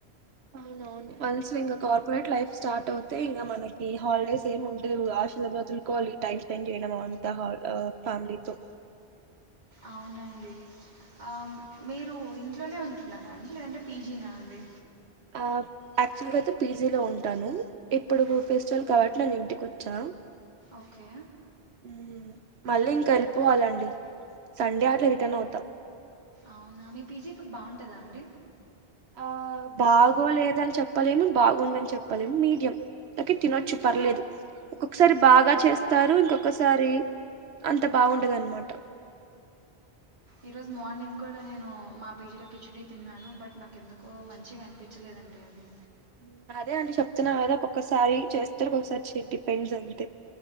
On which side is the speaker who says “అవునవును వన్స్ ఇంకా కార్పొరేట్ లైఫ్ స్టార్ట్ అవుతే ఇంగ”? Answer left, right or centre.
Right